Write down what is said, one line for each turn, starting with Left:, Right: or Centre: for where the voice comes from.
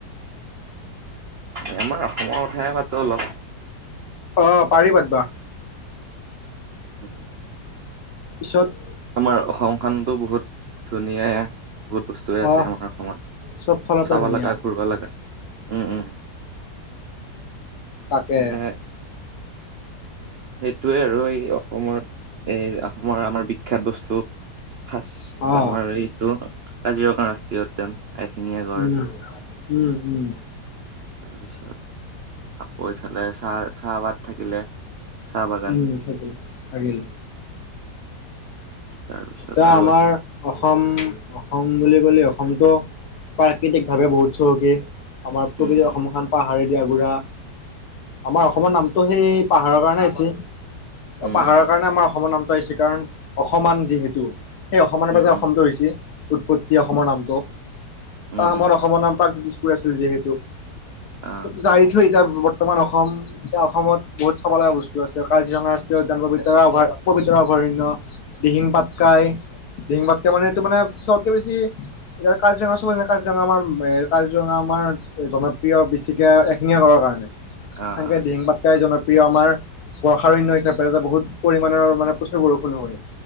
Right: এ আমাৰ অসমত সেয়াই মাতটো অলপ।
Left: অ পাৰি পাতবা।
Right: উম।
Left: পিছত -
Right: আমাৰ অসমখনতো বহুত ধুনীয়া বহুত বস্ত - ৱে আছে
Left: অ
Right: আমাৰ অসমত
Left: চব ফালৰ পৰা
Right: চাব
Left: ধুনীয়া
Right: লগা, ঘুৰ ব লগা। উম উম।
Left: তাকে
Right: এনে সেইটোৱে আৰু এই অসমত এই আহোমৰ আমাৰ বিখ্যাত বস্তু - ফাষ্ট
Left: অ
Right: আমাৰ এইটো কাজিৰঙা ৰাষ্ট্ৰীয় উদ্যান এশিঙীয়া গড়।
Left: উম উম উম।
Right: তাৰ পিছত আকৌ এইফালে চাহ চাহপাত থাকিলে। চাহ বাগান
Left: উম থাকিল থাকিল।
Right: তাৰপিছত
Left: এতিয়া
Right: আৰু
Left: আমাৰ
Right: আছে
Left: - অসম অসম বুলি ক'লে অসমটো প্ৰাকৃতিকভাৱে বহুত চহকী। আমাৰ গোটেই
Right: উম উম
Left: অসমখন পাহাৰ দি আগুৰা। আমাৰ অসমৰ নামটো সেই - পাহাৰৰ কাৰণে আহিছি
Right: উম উম
Left: পাহাৰৰ
Right: উম
Left: কাৰণে আমাৰ অসমৰ নামটো আহিছি কাৰণ অসমান যিহেতু। সেই অসমানৰ
Right: উম
Left: পৰা যে
Right: উম
Left: অসমটো হৈছি উৎপত্তি অসমৰ নামটো। এটা
Right: উম
Left: সময়ত
Right: উম
Left: অসমৰ নাম প্ৰাক জ্যোতিষপুৰ আছিল যিহেতু,
Right: আহ
Left: যা এৰি থৈ এতিয়া ব- বৰ্তমান অসম। এতিয়া অসমত বহুত চাব লগা বস্তু আছে কাজিৰঙা ৰাষ্ট্ৰীয় উদ্যান ববিতৰা অভয়া পবিতৰা অভয়াৰণ্য - দিহিং পাতকাই দিহিং পাতকাই মানে এইটো মানে চবতকে বেছি - এতিয়া কাজিৰঙা চাব চাব লাগে কাজিৰঙা আমাৰ কাজিৰঙা আমাৰ জনপ্ৰিয় বেছিকে এহ- এশিঙীয়া গড়ৰ কাৰণে সেনেকে
Right: আহ আহ
Left: দীহিং পাট- কাই জনপ্ৰিয় আমাৰ বৰ্ষাৰণ্য হিচাপে এটা বহুত পৰিমাণৰ মানে প্ৰচুৰ বৰষুণ হয়।